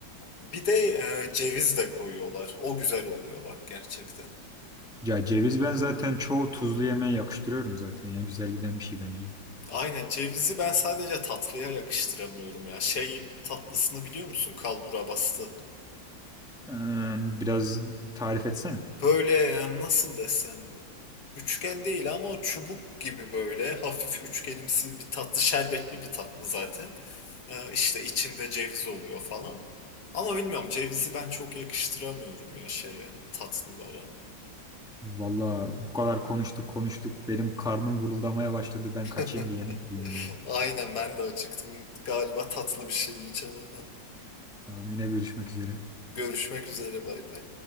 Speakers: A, on the left (about 60°); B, in the centre.
A: Bir de e, ceviz de koyuyorlar. O güzel oluyor bak gerçekten.
B: Ya ceviz ben zaten çoğu tuzlu yemeğe yakıştırıyorum zaten ya. Güzel giden bir şey bence.
A: Aynen cevizi ben sadece tatlıya yakıştıramıyorum ya. Şey tatlısını biliyor musun? Kalbura bastı.
B: Ee, biraz tarif etsene.
A: Böyle em, nasıl desem Üçgen değil ama o çubuk gibi böyle hafif üçgenimsi bir tatlı şerbetli bir tatlı zaten. Ee, işte içinde ceviz oluyor falan. Ama bilmiyorum cevizi ben çok yakıştıramıyorum ya şeye tatlılara.
B: Valla bu kadar konuştuk konuştuk. Benim karnım guruldamaya başladı. Ben kaçayım
A: <laughs>
B: bir yemek yiyeyim yine.
A: Aynen ben de acıktım. Galiba tatlı bir şey yiyeceğim ama.
B: Tamam, yine görüşmek üzere.
A: Görüşmek üzere bay bay.